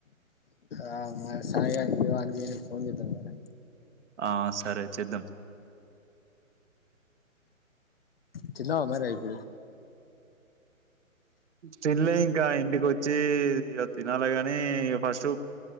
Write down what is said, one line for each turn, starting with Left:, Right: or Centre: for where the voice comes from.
Left: ఆ మా సాయిగానికి వానికి వీనికి ఫోన్ చేద్దాం రా రా
Right: ఆ సరే చేద్దాం
Left: తిన్నావా మరే ఇపుడు
Right: తిన్లే ఇంకా ఇంటికి వచ్చీ ఇగ తినాలే గానీ ఇగ ఫస్ట్